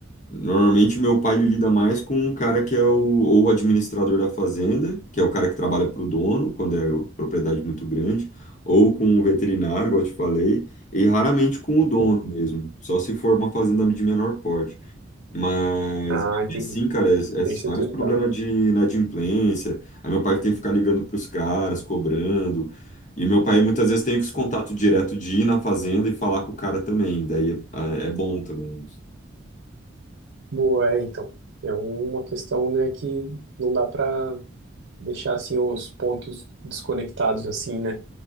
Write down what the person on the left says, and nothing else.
Normalmente, meu pai ele lida mais com o cara que é o, ou o administrador da fazenda, que é o cara que trabalha para o dono, quando é o- propriedade muito grande, ou com o veterinário, igual eu te falei, e raramente com o dono
mesmo, só se for uma fazenda de menor porte. Mas,
mesmo
assim, cara, é, é
vários problemas de inadimplência. Aí, meu pai que tem que ficar ligando para os caras, cobrando. E meu pai muitas vezes tem esse
contato direto de ir na fazenda e falar com o cara também. Daí é, é bom também isso.